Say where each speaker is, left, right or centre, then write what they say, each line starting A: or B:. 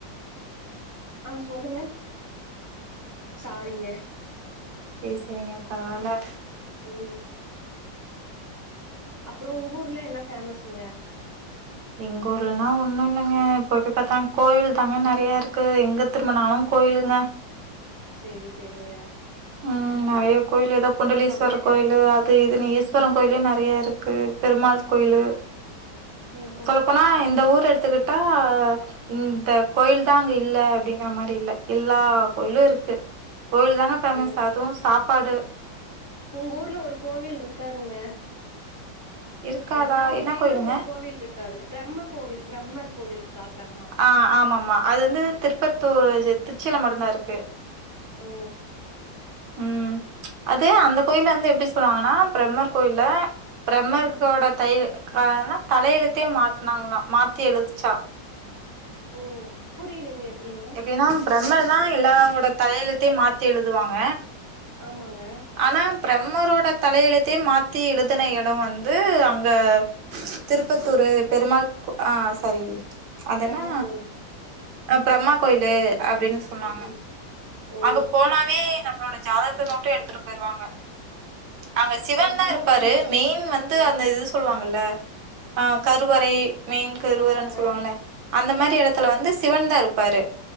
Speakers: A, on the right; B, on the right.
A: ஆ சொல்லுங்க சாரீங்க
B: செ செரிங்க பரவால்ல
A: ம் அப்பறோ உங்க ஊருல என்ன பேமஸுங்க
B: எங்க ஊர்லலா ஒன்னு இல்லங்க போய் போய் பாத்தாங் அங்க கோயில் தாங்க நெறய இருக் கு எங்க திரும்புனாலு கோயிலுங்க
A: செரி செரிங்க
B: ம் நெறய கோயில் எதோ குண்டலீஸ்வர
A: கம்மியா
B: கோயிலு
A: கெடைக்கு
B: அது இதுன்னு ஈஸ்வரன் கோயிலே நெறய இருக்கு பெருமாள் கோயிலு
A: ஓ ம் ம்
B: சொல்லப்போனா இந்த ஊர எடுத்துக்கிட் டா இந்த கோயில்தா அங்க இல்ல அப்டிங்கிற மாரி இல்ல எல்லா கோயிலு
A: ஓ
B: இருக்கு கோயில்தாங்க ஃபேமஸ்
A: ஓ
B: அதுவு சாப்பாடு
A: உங்க ஊர்ல ஒரு கோவில்ட்ருக்காதுங்க
B: இருக்காதா
A: எல்லா ஊர்லயுமே
B: என்ன கோயிலுங்க
A: ஒரு கோவில்ட்ருக்காது பிரம்ம கோவில் பிரம்மர் கோவில்ட்ருக்கா பிரம்மா
B: ஆ ஆமாம்மா அது வந்து திருப்பத்தூர் திருச்சில மட்டுந்தா இருக்கு
A: ஓ
B: ம் அது அந்த கோயில்ல வந்து எப்டி சொல்லுவாங்கன்னா பிரம்மர் கோயில்ல பிரம்மர்களோட
A: ம்.
B: தய அதன்ன தலையெழுத்தே மாத்துனாங்களா மாத்தி எழுதுச்சா
A: ஓ புரியலைங்க எப்புடினு
B: எப்டினா பிரம்மர்தா எல்லாவோட தலையெழுத்தையு மாத்தி எழுதுவாங்க
A: ஆமாங்க
B: ஆனா பிரம்மரோட தலையெழுத்தே மாத்தி எழுதுன எடோ வந்து அங்க திருப்பத்தூரு பெருமாள் கோ ஆ சாரி அதென்னா
A: பிரம்ம கோவில்.
B: அ பிரம்மா கோயிலு அப்டின்னு சொன்னாங்க
A: ம்ஹ்ம். ஓ!
B: அங்க போனாவே நம்மளோட ஜாதகத்து நோட்டே எடுத்துட்டு போய்ருவாங்க அங்க சிவன்தா
A: பேசாம
B: இருப்பாரு
A: ஒரு டைம் போயிட்டு
B: மெயின்
A: வரணும்.
B: வந்து
A: ஓ!
B: அந்த இது சொல்லுவாங்கல்ல ஆ கருவறை மெயின் கருவறன்
A: ஆமாங்க.
B: சொல்லுவாங்கல அந்த மாரி எடத்துல வந்து சிவன்தா இருப்பாரு